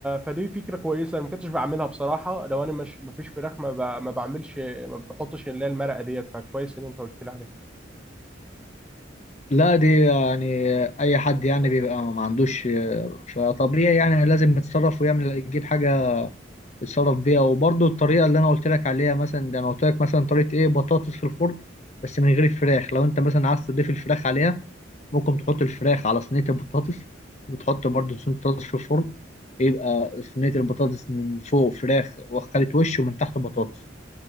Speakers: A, in the centre; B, on the left.
A: فدي فكره كويسه انا ما كنتش بعملها بصراحه لو انا مش ما فيش فراخ ما, ب... ما بعملش ما بحطش اللي هي المرقه ديت فكويس ان انت قلت لي عليها
B: لا دي يعني اي حد يعني بيبقى ما عندوش آه، فطبيعي يعني لازم يتصرف ويعمل يجيب حاجه يتصرف بيها وبرضه الطريقه اللي انا قلت لك عليها مثلا ده انا قلت لك مثلا طريقه ايه بطاطس في الفرن بس من غير الفراخ لو انت مثلا عايز تضيف الفراخ عليها ممكن تحط الفراخ على صينية البطاطس وتحط برضو صينية البطاطس في الفرن يبقى صينية البطاطس من فوق فراخ وخلت وش ومن تحت بطاطس